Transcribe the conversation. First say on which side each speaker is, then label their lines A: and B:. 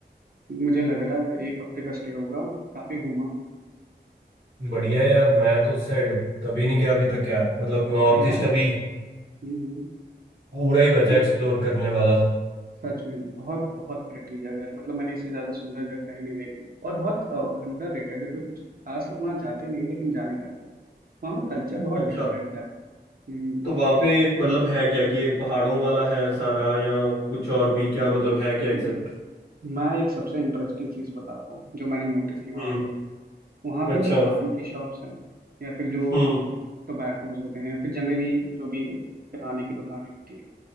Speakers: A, on the right; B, on the right.
A: मुझे लग रहा है एक हफ्ते का स्टे होगा काफी घूमा
B: बढ़िया है यार मैं तो सेड कभी नहीं गया अभी तक यार मतलब नॉर्थ
A: अरे यार
B: ईस्ट अभी
A: हम्म हम्म,
B: पूरा ही बचा
A: एक
B: एक्सप्लोर करने वाला
A: सच में बहुत बहुत प्रिटी जगह है मतलब मैंने इससे ज्यादा सुंदर जगह कहीं नहीं देखी और बहुत अंडर रेटेड है कोई कुछ खास लोग वहाँ जाते नहीं है लेकिन जाने लायक है वहाँ का कल्चर बहुत
B: अच्छा
A: डिफरेंट है हम्म,
B: तो वहाँ पे मतलब है क्या कि ये पहाड़ों वाला है सारा या कुछ और भी क्या मतलब है क्या एग्जैक्ट
A: हम्म। मैं एक सबसे इंटरेस्टिंग चीज बताता हूँ जो मैंने नोटिस की वहाँ
B: हम्म
A: पे वहाँ
B: अच्छा
A: पे जो पान की शॉप्स हैं या फिर जो
B: हम्म
A: टोबैकोज होते हैं या फिर जनरली जो भी किराने की दुकानें होती हैं